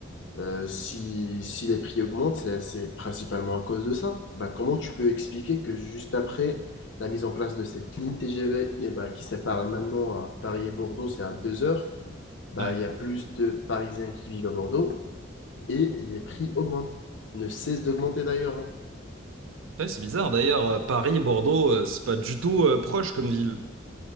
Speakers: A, on the left; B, on the right.
A: euh, euh, si, si les prix augmentent, c'est, c'est principalement à cause de ça. Bah, comment tu peux expliquer que juste après la mise en place de cette ligne TGV eh ben, qui sépare maintenant à Paris et Bordeaux, c'est à deux heures, bah,
B: Ouais,
A: il y a plus de Parisiens qui vivent à Bordeaux et les prix augmentent. Ne cessent d'augmenter d'ailleurs. hein.
B: Ouais, c'est bizarre. D'ailleurs, euh, Paris et Bordeaux, euh, c'est pas du tout euh, proche comme ville